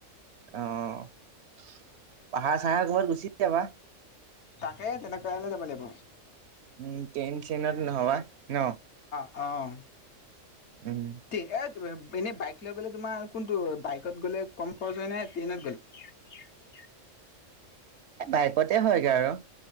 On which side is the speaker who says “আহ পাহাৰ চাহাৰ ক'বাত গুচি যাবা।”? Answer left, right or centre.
Right